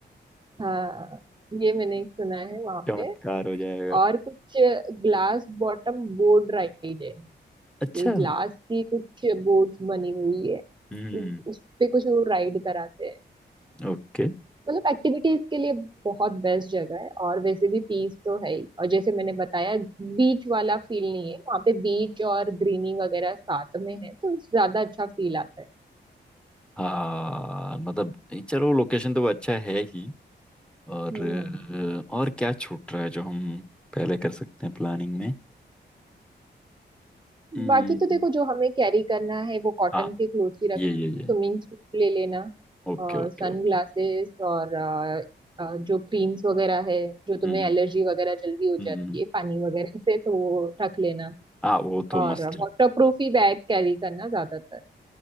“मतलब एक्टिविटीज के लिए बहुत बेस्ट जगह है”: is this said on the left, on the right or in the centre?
Right